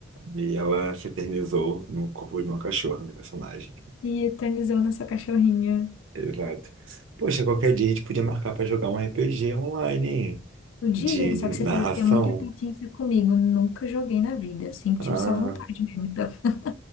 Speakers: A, on the right; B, on the left.
A: E ela se eternizou no corpo de uma cachorra, minha personagem.
B: E eternizando essa cachorrinha.
A: Exato. Poxa, qualquer dia a gente podia marcar pra jogar um RPG online, hein?
B: Podia,
A: De
B: só
A: narração.
B: que você teria que ter muita paciência comigo. Nunca joguei na vida. Sempre
A: Ah,
B: tive só vontade mesmo. Então, <laughs>